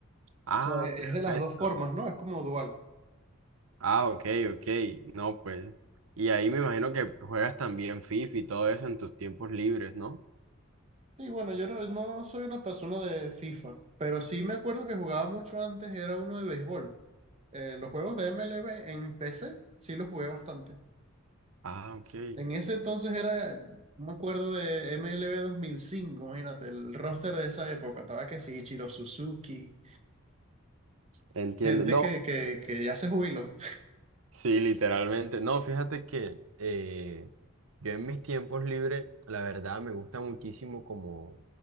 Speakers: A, on the right; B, on the right.
A: Ah,
B: sea, es
A: perfecto.
B: de las dos formas, ¿no? Es como dual.
A: Ah, ok, ok. No, pues. Y ahí me imagino que juegas también FIFA y todo eso en tus tiempos libres, ¿no?
B: Sí, bueno, yo no, no soy una persona de FIFA, pero sí me acuerdo que jugaba mucho antes, era uno de béisbol. Eh, los juegos de MLB en PC sí los jugué bastante.
A: Ah, ok.
B: En ese entonces era, no me acuerdo de MLB cinco. imagínate, el roster de esa época, estaba que sí, Ichiro Suzuki,
A: Entiendo.
B: gente
A: No.
B: que, que, que ya se jubiló.
A: Sí, literalmente. No, fíjate que eh, yo en mis tiempos libres, la verdad, me gusta muchísimo como